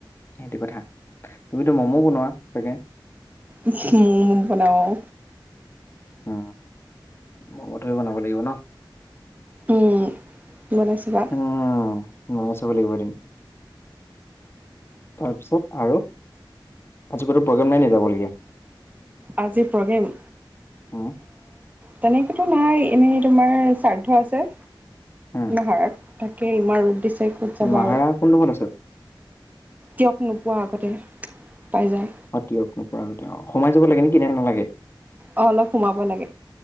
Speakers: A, on the left; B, on the right.
A: সেইটো কথা তুমিতো মমো বনোৱা চাগে?
B: মমো বনাওঁ।
A: উ, মমঠৈ বনাব লাগিব ন?
B: উম বনাই চাবা
A: উম, বনাই চাব লাগিব এদিন। তাৰপিছত আৰু আজি কোনো প্ৰগ্ৰেম নাই নে যাবলগীয়া?
B: আজিৰ প্ৰগ্ৰেম?
A: উম,
B: তেনেকৈ নহাই এনেই তোমাৰ শ্ৰাদ্ধ আছে।
A: উম।
B: নাহাৰত তাকে ইমান ৰদ দিছে। ক'ত যাবা
A: মাহাৰা কোনডখ আছে?
B: ক নোপোৱা আগতে পাই যায়।
A: অ, <inaudible> সোমাই যাব লাগে নেকি নে নালাগে?
B: অ, অলপ সোমাব লাগে।